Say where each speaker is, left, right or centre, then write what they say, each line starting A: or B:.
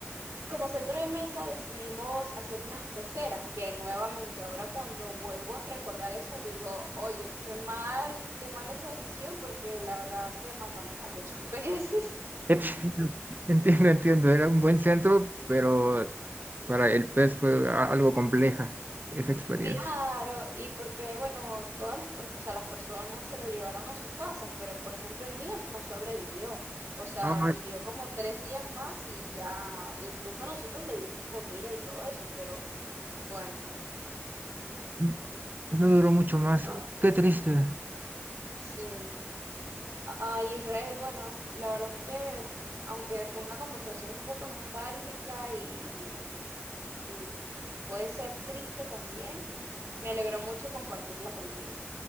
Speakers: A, on the right; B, on the right.
A: como centro de mesa decidimos hacer unas peceras, que nuevamente ahora cuando vuelvo a recordar eso digo, oye, qué mal, qué mal esa decisión, porque la verdad que matamos a muchos <laughs> peces.
B: Entiendo, <laughs> entiendo, entiendo. Era un buen centro, pero para el pez fue a- algo compleja esa experiencia.
A: Claro, y porque, bueno, todas las, per- o sea, las personas se lo llevaron a sus casas, pero por ejemplo el mío no sobrevivió, o sea,
B: Ay,
A: vivió como tres días más y ya, incluso nosotros le dimos comida y todo eso, pero bueno,
B: n- no duró mucho más. Qué triste.
A: sí. Ah, Israel, bueno, la verdad es que aunque fue una conversación un poco nostálgica y, y- y puede ser triste también, me alegró mucho compartirla contigo.